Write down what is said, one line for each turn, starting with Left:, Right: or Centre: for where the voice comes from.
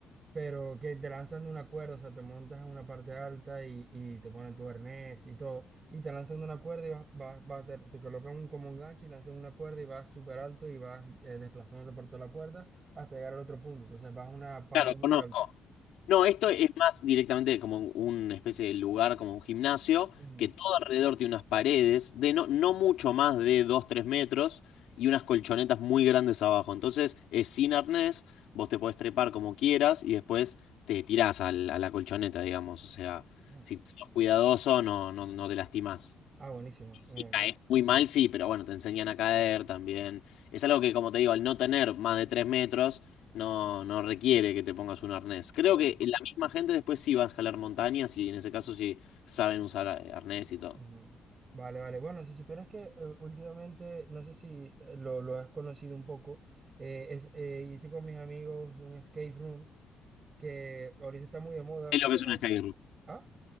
Right: pero que te lanzan de una cuerda, o sea, te montas en una parte alta y, y te ponen tu arnés y todo, y te lanzan de una cuerda y vas, vas- vas- te, te colocan un- como un gancho y lanzan una cuerda y vas súper alto y vas eh, desplazándote por toda la cuerda hasta llegar al otro punto, entonces vas a una parte
Left: Claro,
Right: muy
Left: conozco.
Right: alta.
Left: No, esto es más directamente como una especie de lugar, como un gimnasio,
Right: Ujú.
Left: que todo alrededor tiene unas paredes de no, no mucho más de dos tres metros y unas colchonetas muy grandes abajo. Entonces es sin arnés, vos te podés trepar como quieras y después te tirás al- a la colchoneta, digamos. O sea,
Right: Ah,
Left: si sos cuidadoso, no, no, no te lastimás.
Right: ah, buenísimo. Me-
Left: Y caes
Right: me-
Left: muy mal, sí, pero bueno, te enseñan a caer también. Es algo que, como te digo, al no tener más de tres metros, no, no requiere que te pongas un arnés. Creo
Right: claro.
Left: que la misma gente después sí va a escalar montañas y en ese caso sí saben usar eh, arnés y todo.
Right: Ujú. Vale, vale. Bueno, si supieras que eh, últimamente, no sé si eh, lo, lo has conocido un poco, eh, es, eh, hice con mis amigos un escape room que ahorita está muy de moda.
Left: Es
Right: Por,
Left: lo que es
Right: ac-
Left: un escape room.
Right: ah,